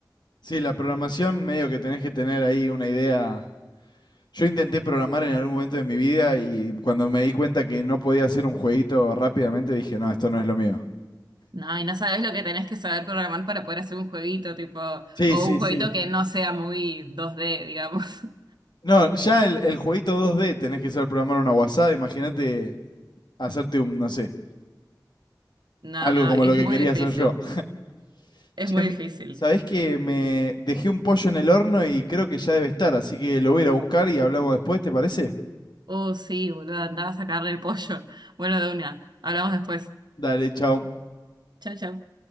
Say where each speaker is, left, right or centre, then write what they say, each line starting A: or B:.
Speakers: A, on the left; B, on the right.
A: Sí, la programación medio que tenés que tener ahí una idea. Yo intenté programar en algún momento de mi vida y cuando me di cuenta que no podía hacer un jueguito rápidamente dije, no, esto no es lo mío.
B: No, y no sabes lo que tenés que saber programar para poder hacer un jueguito, tipo,
A: Sí,
B: o
A: sí,
B: un jueguito
A: sí.
B: que no sea muy 2D, digamos. <laughs>
A: No, ya el, el jueguito 2D tenés que saber programar una guasada. Imagínate hacerte un, no sé,
B: No,
A: algo
B: no,
A: como
B: es
A: lo que
B: muy
A: quería
B: difícil.
A: hacer yo. <laughs>
B: Es
A: Che,
B: muy
A: Mili,
B: difícil.
A: ¿sabés que me dejé un pollo en el horno y creo que ya debe estar? Así que lo voy a ir a buscar y hablamos después, ¿te parece?
B: Oh, sí, boludo, andaba a sacarle el pollo. Bueno, de una. Hablamos después.
A: Dale, chao.
B: Chao, chao.